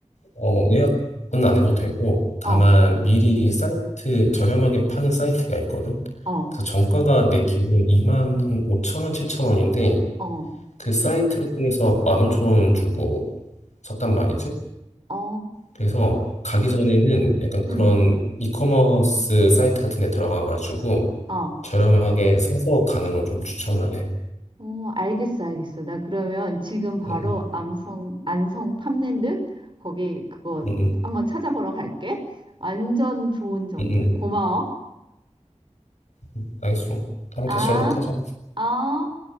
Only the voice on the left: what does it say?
어, 예약은 안 해도 되고, 다만
미리 사이트, 저렴하게 파는 사이트가 있거든.
그래서 정가가 내 기준으로 2만 오천 원, 7천 원인데,
그 사이트를 통해서 1만 오천 원 주고 샀단 말이지.
그래서 가기 전에는 약간
그런 이커머스 사이트 같은 데 들어가가지고
저렴하게 사서 가는 걸 좀 추천을 해.
응, 응,
응,
응, 응,
응. 알겠어. 다음에
다시 연락하자.